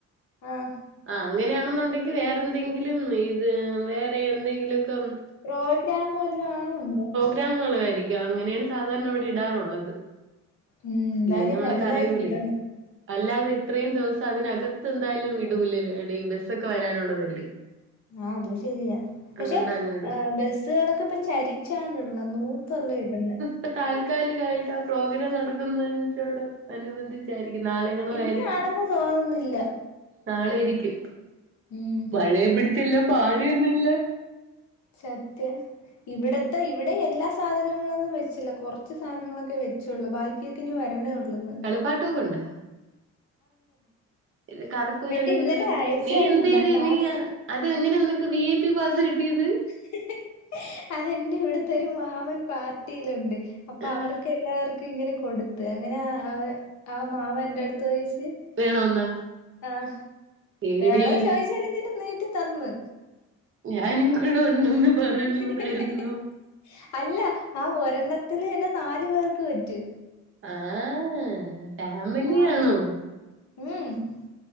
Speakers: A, on the left; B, on the right.
A: ആഹ്
B: ആ അങ്ങനെയാണെന്നുണ്ടെങ്കിൽ വേറെ ന്തെങ്കിലും ഇത് വേറെ എന്തെങ്കിലൊക്കെ
A: പ്രോഗ്രാം വല്ലും ആണോ എന്തോ
B: <unintelligible> യിരിക്കും അങ്ങനെയാണ് സാധാരണ വിടെ ഇടാറുള്ളത്.
A: ഉം എന്തായാലും
B: ഇല്ലെങ്കി മ്മള്
A: വലുതായിട്ട്
B: കരയൂലെ
A: ഇടണം
B: അല്ലാതെ ഇത്രയും ദിവസം അതിനകത്ത് ന്തായാലും ഇടൂല ടീ ബെസ്സൊക്കെ വരാനുള്ളതല്ലേ
A: ആ അതു ശരിയാ പക്ഷെ
B: അതുകൊണ്ട് അങ്ങനെ ഇടൂല
A: ബെസ്സുകളൊക്കെ പ്പ ചരി ചാ ഇടണ നൂത്തല്ല ഇടണെ
B: ഇപ്പൊ താൽക്കാലികായിട്ട് ആ പ്രോഗ്രാം നടക്കുന്നതിന്റെ കൂടെ അനുബന്ധിച്ചായിരിക്കും നാളെങ്ങണോ
A: ഇന്നാണെന്ന്
B: ആയിരിക്കും
A: തോന്നുന്നില്ല.
B: നാളെ ഇരിക്കും
A: ഉം
B: മഴയെയും പിടിച്ച് എല്ലാം പാടുതന്നെല്ലെ
A: സത്യം ഇവിടത്തെ ഇവിടെ എല്ലാ സാധനങ്ങളൊന്നും വെച്ചില്ല കൊറച്ച് സാധനങ്ങളൊക്കെ വെച്ചുള്ളൂ ബാക്കിയൊക്കെ ഇനി വരണേ ഉള്ളൂ ളൊന്ന്
B: പാട്ട് ബുക്ക് ഉണ്ടാ ഇത് കറക്കുഞ്ഞാല്
A: മറ്റേ
B: എങ്ങനെയാണ്
A: ഇന്നലെ അയച്ചണ്ട
B: നീ എന്ത് ചെയ്യും
A: പാസ്
B: നീയാ അത് എങ്ങനാ നിനക്ക് വി ഐ പി പാസ് കിട്ടിയത്
A: <unintelligible> അതെന്റെ ഇവിടത്തെ ഒരു മാമൻ പാർട്ടിയിലുണ്ട് അപ്പൊ
B: ആഹ്
A: അവർക്ക് എല്ലാവർക്കും ഇങ്ങനെ കൊടുത്ത് അങ്ങനെ ആ മാമൻ എൻ്റെ അടുത്ത് ചോയ്ച്ച്
B: വേണോന്നാ
A: ആഹ്
B: എടി
A: വേണോ ചോദിച്ചാലേ എനി നീട്ടി തന്ന്
B: ഞാനും കൂടെ ഉണ്ടെന്ന്
A: <unintelligible>
B: പറഞ്ഞൂടായിരുന്നോ
A: അല്ല ആ ഒരെണ്ണത്തില് തന്നെ നാലു പേർക്ക് പറ്റും
B: ആഹ് ഫാമിലിയാണോ
A: ആഹ് ഉം